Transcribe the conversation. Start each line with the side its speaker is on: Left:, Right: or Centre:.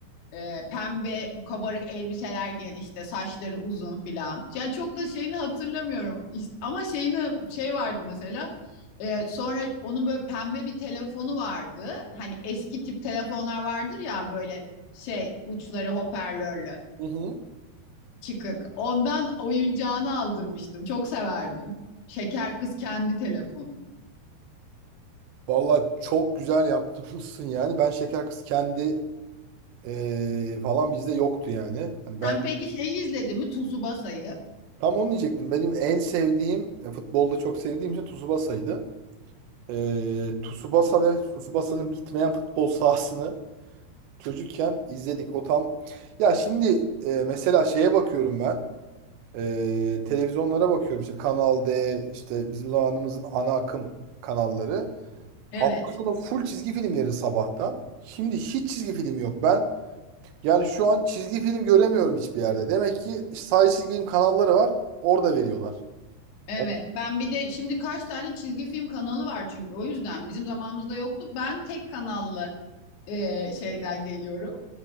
Left: E, pembe kabarık elbiseler giyen işte saçları uzun filan. Yani çok da şeyini hatırlamıyorum. İşte- ama şeyini şey vardı mesela. E, sonra onun böyle pembe bir telefonu vardı. Hani eski tip telefonlar vardır ya böyle şey uçları hoparlörlü
Right: Hı hı.
Left: çıkık. Ondan oyuncağını aldırmıştım. Çok severdim. Şeker kız kendi telefonu.
Right: Valla çok güzel yaptırmışsın yani. Ben şeker kız kendi eee, falan bizde yoktu yani. Hani ben
Left: Sen peki şeyi izledin mi? Tsubasa'yı.
Right: tam onu diyecektim. Benim en sevdiğim e, futbolda çok sevdiğim şey Tsubasa'ydı. Eee Tsubasa ve Tsubasa'nın bitmeyen futbol sahasını çocukken izledik. O tam ya şimdi e, mesela şeye bakıyorum ben. Ee, televizyonlara bakıyorum işte Kanal D işte bizim zamanımızın ana akım kanalları.
Left: Evet.
Right: Hafta sonu full çizgi film verir sabahtan. Şimdi hiç çizgi film yok. Ben yani şu an çizgi film göremiyorum hiçbir yerde. Demek ki sadece çizgi film kanalları var. Orada veriyorlar.
Left: Evet.
Right: O-
Left: Ben bir de şimdi kaç tane çizgi film kanalı var çünkü o yüzden bizim zamanımızda yoktu. Ben tek kanallı e, şeyden geliyorum.